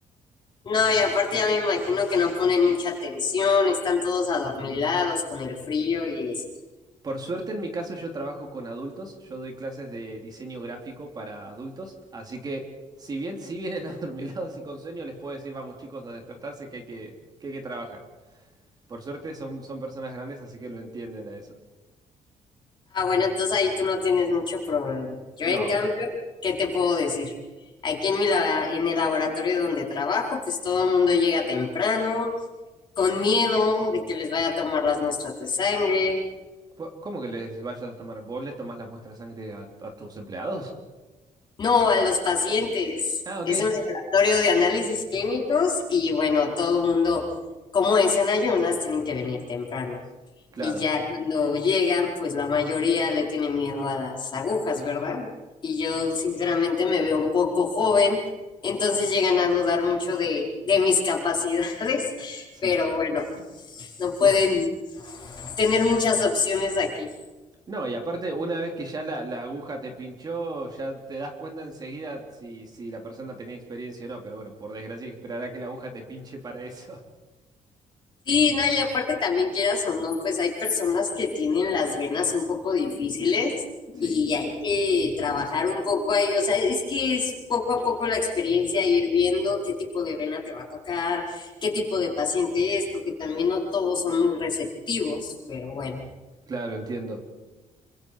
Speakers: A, on the left; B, on the right.
A: No, y aparte ya me imagino que no ponen mucha atención, están todos adormilados con el frío y eso.
B: Por suerte, en mi caso, yo trabajo con adultos, yo doy clases de diseño gráfico para adultos, así que si bien si vienen <laughs> adormilados y con sueño, les puedo decir, vamos chicos a despertarse que hay que, que, hay que trabajar. Por suerte son, son personas grandes, así que lo entienden a eso.
A: Ah, bueno, entonces ahí tú no tienes mucho problema. Yo,
B: No,
A: en cambio, ¿qué te puedo decir? Aquí en mi lab- en el laboratorio donde trabajo, pues todo el mundo llega temprano, con miedo de que les vaya a tomar las muestras de sangre
B: po- ¿cómo que les vayas a tomar? ¿Vos les tomás la muestra de sangre a, a tus empleados?
A: No, a los pacientes.
B: Ah,
A: Es
B: ok,
A: un laboratorio de análisis clínicos y bueno, todo el mundo, como es en ayunas, tienen que venir temprano.
B: claro,
A: Y ya cuando llegan, pues la mayoría le tiene miedo a las agujas, ¿verdad? Y yo sinceramente me veo un poco joven, entonces llegan a dudar mucho de, de mis capacidades, <laughs>
B: sí.
A: pero bueno, no pueden
B: Bu-
A: tener muchas opciones aquí.
B: No, y aparte, una vez que ya la, la aguja te pinchó, ya te das cuenta enseguida si, si la persona tenía experiencia o no, pero bueno, por desgracia hay que esperar a que la aguja te pinche para eso. <laughs>
A: Sí, no, y aparte también quieras o no, pues hay personas que tienen las venas un poco difíciles
B: Sí,
A: y hay que trabajar un poco ahí, o sea, es que es poco a poco la experiencia, ir viendo qué tipo de vena te va a tocar, qué tipo de paciente es, porque también no todos son muy receptivos, pero bueno.
B: claro, entiendo.